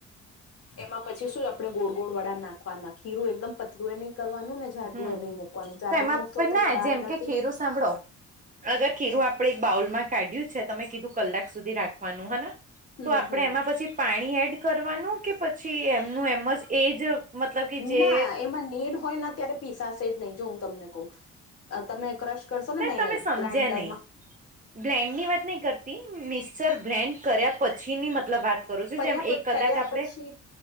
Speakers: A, on the left; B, on the right.
A: એમાં પછી શું, આપણે ગોળ ગોળ વડા નાખવાના. ખીરું એકદમ પતલું એ નહીં. કરવાનું ને, જાડુ
B: હમ
A: એ નહીં મુૂકવાનું. જાડુ
B: તો એમાં
A: મૂકશો,
B: પણ
A: તો
B: ના
A: વડા
B: જેમ
A: અંદર
B: કે
A: થી
B: ખીરું સાંભળો. અગર ખીરું આપણે એક બાઉલમાં કાઢ્યું છે, તમે કીધું કલાક સુધી રાખવાનું હે.
A: હમ
B: તો આપણે
A: હમ
B: એમાં પછી પાણી એડ કરવાનું, કે પછી એમનું એમ જ એ જ? મતલબ કે જે
A: ના, એમાં નેડ હોય ત્યારે પીસાશે જ નહીં. જો હું તમને કહું, તમે ક્રશ કરશો ને, મેં
B: તમે સમજ્યા
A: ગ્રાઇન્ડર
B: નહી
A: માં.
B: બ્લેન્ડ ની વાત નહીં કરતી, મિક્સર બ્લેન્ડ કર્યા પછી ની મતલબ વાત. કરું છું
A: પર્યા
B: જેમ
A: પછી,
B: એક કલાક
A: કર્યા
B: આપડે
A: પછી.